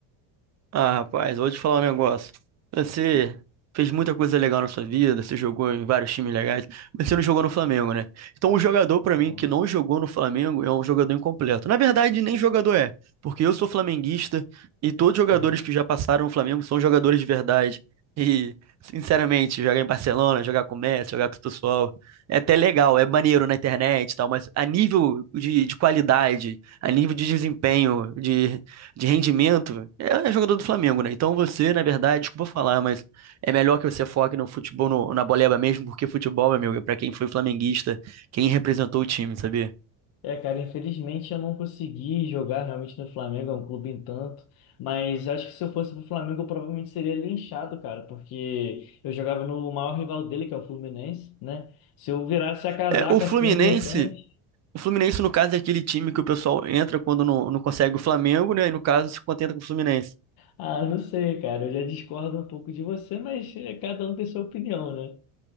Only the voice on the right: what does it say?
Ah, rapaz, vou te falar um negócio. Você fez muita coisa legal na sua vida, você jogou em vários times legais, mas você não jogou no Flamengo, né? Então, um jogador, pra
mim, que não jogou no Flamengo é um jogador incompleto. Na verdade, nem jogador é, porque eu sou flamenguista e todos os jogadores
que já passaram no Flamengo são jogadores de verdade. E, sinceramente, jogar em Barcelona, jogar com o Messi, jogar com o pessoal, é até legal, é maneiro na internet e tal, mas a nível de, de qualidade, a nível de desempenho, de de rendimento, é é jogador do Flamengo, né? Então você, na verdade, desculpa falar, mas é melhor que você foque no futebol, no- na boleba mesmo, porque futebol, meu amigo, é pra quem foi flamenguista, quem representou o time, sabia?
É, o Fluminense,
o Fluminense, no caso, é aquele time que o pessoal entra quando não, não consegue o Flamengo, né? E no caso, se contenta com o Fluminense.